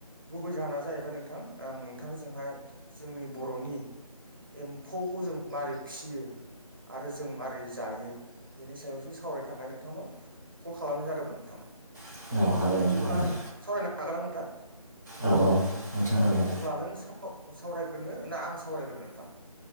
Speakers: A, on the right; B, on the left.
A: गुबै जाहोना जाहैबाय नोंथां आं नोंथांजोंहाय जोंनि बर'नि एम्फौखौ जों मारै फिसियो आरो जों माबारै जायो बेनि सायावसो सावरायनो थाखाय नोंथांनाव कल खालामनाय जादोंमोन नोंथां
B: औ औ हागोन
A: बिदिब्ला
B: नोंथां हागोन
A: सावरायनो हागोना नोंथां?
B: औ औ नोंथां
A: औ
B: हागोन
A: अब्ला नों साव सावरायग्रोनो ना आं सावरायग्रोनो नोंथां